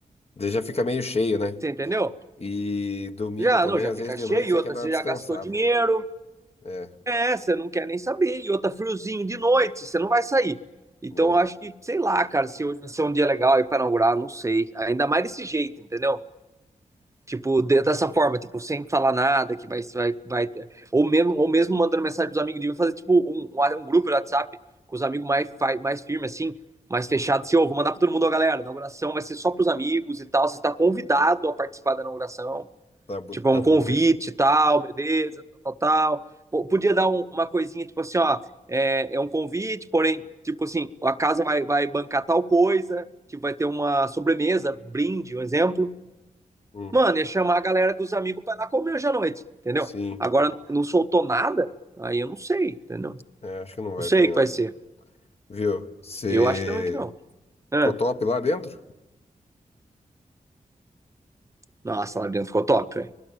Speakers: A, on the left; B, on the right.
A: daí já fica meio cheio, né?
B: você entendeu?
A: E domingo
B: Já,
A: também,
B: não, já
A: às
B: fica
A: vezes de
B: cheio,
A: noite, você
B: outra,
A: quer dar
B: você
A: uma descansada.
B: já gastou dinheiro,
A: É,
B: é, você não quer nem saber, e outra, friozinho de noite, você não vai sair. Então,
A: né?
B: eu acho que, sei lá, cara, se hoje vai ser um dia legal aí pra inaugurar, não sei. Ainda mais desse jeito, entendeu? Tipo, dessa forma, tipo, sem falar nada, que vai, vai, vai. Ou mesmo, ou mesmo mandando mensagem pros amigos, de fazer, tipo, um, um, um grupo de WhatsApp com os amigos mais, mais firmes, assim, mais fechado,
A: Hum.
B: assim, ô, oh, vou mandar pra todo mundo, ó, galera, a inauguração vai ser só pros amigos e tal, você tá convidado a participar da inauguração.
A: Tá, bu-
B: Tipo,
A: tá
B: é um
A: bonito.
B: convite e tal, beleza, tal, tal, tal. Podia dar um- uma coisinha, tipo assim, ó, é, é um convite, porém, tipo assim, a casa vai, vai bancar tal coisa, tipo, vai ter uma sobremesa, brinde, um exemplo
A: Hum.
B: mano, ia chamar a galera dos amigos pra ir lá comer hoje à noite, entendeu?
A: Sim.
B: Agora não soltou nada, aí eu não sei, entendeu?
A: É, acho que não vai
B: Não sei
A: também,
B: o que
A: não.
B: vai ser.
A: Viu? Você
B: Eu acho também que não. Ah,
A: ficou top lá dentro?
B: nossa, lá dentro ficou top, velho.